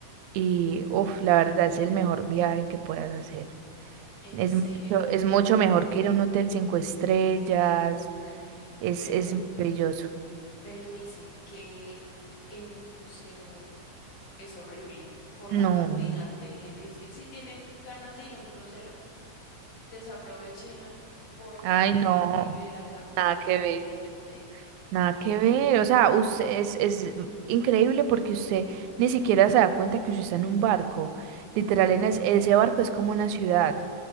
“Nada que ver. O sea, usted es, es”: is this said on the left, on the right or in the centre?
Right